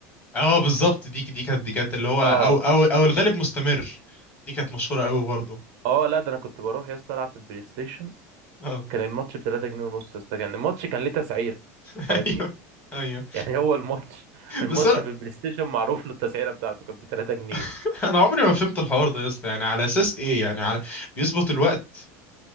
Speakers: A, on the left; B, on the right.
A: اه بالظبط دي دي كانت دي كانت اللي هو
B: اه
A: او او او الغالب مستمر دي كانت مشهورة قوي برضه
B: اه لا ده انا كنت بروح يا اسطى العب في البلاي ستيشن
A: اه
B: كان الماتش ب 3 جنيه ونص يا اسطى كان الماتش كان ليه تسعيره
A: <laughs>
B: فاهمني
A: ايوه ايوه
B: <laughs> يعني هو الماتش <laughs> الماتش
A: بس انا
B: في البلاي ستيشن معروف له التسعيره بتاعته كانت ب 3 جنيه
A: <laughs> انا عمري ما فهمت الحوار ده يا اسطى يعني على اساس ايه يعني على بيظبط الوقت